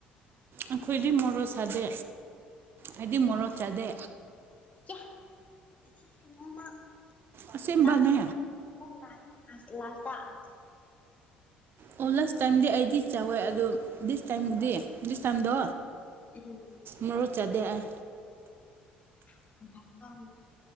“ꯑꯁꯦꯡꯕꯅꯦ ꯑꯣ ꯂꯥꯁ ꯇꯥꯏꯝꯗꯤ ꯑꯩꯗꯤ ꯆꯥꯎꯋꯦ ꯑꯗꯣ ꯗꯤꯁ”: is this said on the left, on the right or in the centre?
Right